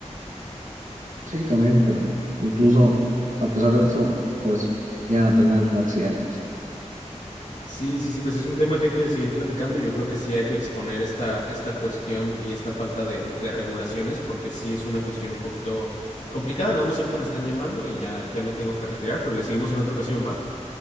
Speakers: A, on the right (about 90°); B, on the left (about 80°).
A: Sí, también, pero incluso a pesar de eso, pues llegan a tener accidentes.
B: Sí, sí, sí, pues es un tema que hay que seguir platicando y yo creo que sí hay que exponer esta, esta cuestión y esta falta de, de regulaciones porque sí es una cuestión un poquito complicada. Nada más ahorita me están llamando y ya, ya me tengo que retirar, pero le seguimos en otra ocasión, ¿va?